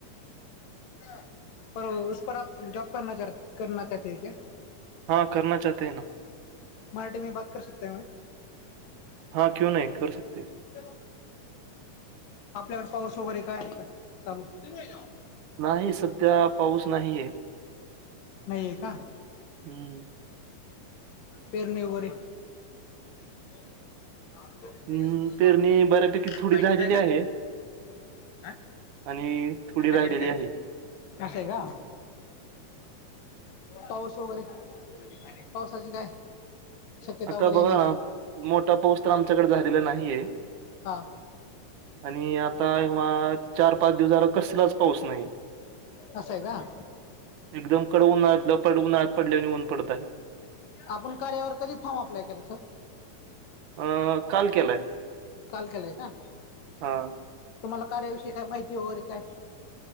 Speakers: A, on the left; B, on the right.
A: <unintelligible> <unintelligible>
B: <unintelligible>
A: <unintelligible>
B: <unintelligible>
A: <unintelligible> आपल्याकडे पाऊस वगैरे काय आहे का चालू <unintelligible>
B: नाही सध्या पाऊस नाहीये.
A: नाहीये का?
B: हं.
A: पेरणी वगैरे <inaudible> दहा रुपयचे ते
B: हम्म,
A: सुध्दा
B: पेरणी
A: दारू पितात
B: बऱ्यापैकी थोडी झालेली
A: <unintelligible> काय काय काय
B: आहे
A: आ
B: आणि थोडी
A: अंडा
B: राहिलेली
A: पॅटीस आहे ना? असं का. पाऊस वगैरे पावसाची काय शक्यता
B: आता
A: वगैरे येण्याची
B: बघा ना, मोठा पाऊस तर आमच्याकडे झालेला नाहीये.
A: हा.
B: आणि आता या, चार-पाच दिवस झालं कसलाच पाऊस नाही.
A: असेय कां.
B: एकदम कडक उन्हाळ्यात पड उन्हाळ्यात पडल्यावाणी ऊन पडत‌ आहे.
A: आपण कार्यावर कधी फॉर्म अप्लाय केला सर.
B: अं.. काल केलाय.
A: काल केलाय का?
B: हां.
A: तुम्हाला कार्याविषयी काय माहिती वगैरे काय?